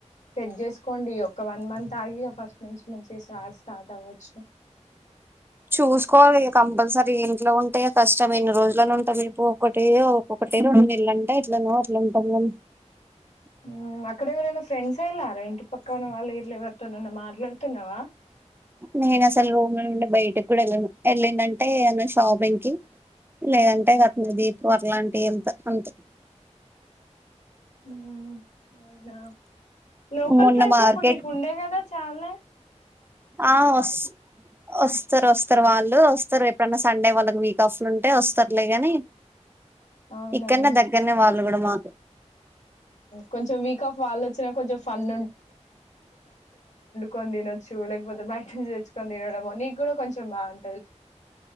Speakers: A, on the left (about 75°); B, on the right (about 20°).
A: సెట్ చేసుకోండి. ఒక వన్ మంత్ ఆగి, ఇగ ఫస్ట్ నుంచి మంచి స్టార్ట్ అవ్వచ్చు.
B: చూసుకోవాలి ఇగ కంపల్సరీ. ఇంట్లో ఉంటేయ కష్టం. ఎన్ని రోజులనుంటాము చెప్పు. ఒకటి ఒక్కొక్కటి రొన్నేళ్ళంటే ఎట్లనొ అట్లుంటది కాని,
A: ఊ అక్ అక్కడ ఎవరైనా ఫ్రెండ్స్ ఏళారా? ఇంటి పక్కన వాళ్ళు వీళ్లు ఎవరితోనన్నా మాట్లాడుతున్నావా?
B: నేను అసలు రూమ్ లో నుండి బయటకి కూడా ఎల్లను. వెళ్ళిందంటే, ఏన్నా షాపింగ్ కి లేదంటే రత్మదీపు అట్లాంటివి అంత అంతే.
A: మ్మ్ అవునా! లోకల్
B: మొన్న
A: ఫ్రెండ్స్
B: మార్కెట్
A: అప్పుడు, నీకు ఉండే కదా చాలా!
B: ఆ వొస్, వొస్తరు. వొస్తరు వాళ్ళు వొస్తారు. ఎప్పుడన్నా సండే వాళ్ళకి వీక్ ఆఫ్ లో ఉంటే వొస్తారులేగాని,
A: అవునా
B: ఇక్కడనే దగ్గరనే వాళ్ళు కూడా మా
A: కొంచెం వీక్ ఆఫ్ వాళ్ళు వచ్చినా కొంచెం ఫన్ కొన్ తినొచ్చు. లేకపోతే బయట నుంచి తెచ్చుకొని తినడము, నీక్ కూడ కొంచెం బాన్